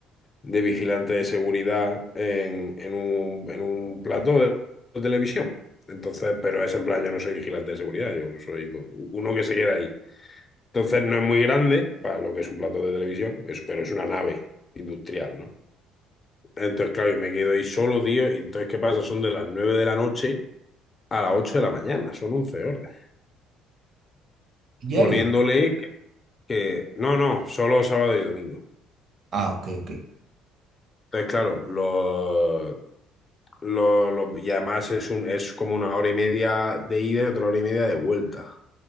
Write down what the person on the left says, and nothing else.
de vigilante de seguridad en, en un, en un plató de, televisión. Entonces, pero es en plan, yo no soy vigilante de seguridad, yo soy pues, uno que se queda ahí. Entonces, no es muy grande para lo que es un plató de televisión, es- pero es una nave industrial, ¿no? Entonces, claro, yo me quedo ahí solo, tío, y entonces, ¿qué pasa? Son de las 9 de la noche a las 8 de la mañana, son 11 horas,
poniéndole que, que- no, no, solo sábado y domingo.
Entonces, claro, lo, lo- lo- y además es un, es como una hora y media de ida y otra hora y media de vuelta